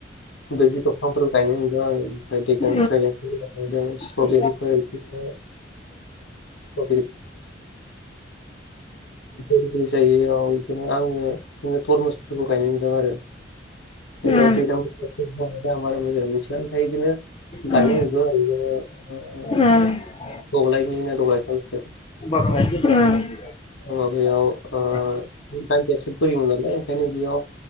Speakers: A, on the left; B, on the left.
A: बैग्रि दंफांफोर गायनाय नुदों आं ओमफ्राय ड्रेगेन
B: उम
A: गायदों स्ट्रबेरिफोर
B: उम
A: बिदिनो <unintelligible> औ बिदिनो आङो बिदिनो थरमुसफोरखौ गायनाय नुदों आरो। फाय
B: उम
A: दा दैलां बोथोर <inaudible> आं बारा मोजां मोनथिया ओमफाय बिदिनो गायनाय
B: उम
A: नुदों ओरो बिदिनो। ओ
B: उम उम
A: दब्लायनैना दब्लाय थामसो।
B: <unintelligible>
A: माबायाव ओ जायगासो बोरिमोन नालाय ओंखायनो बेयाव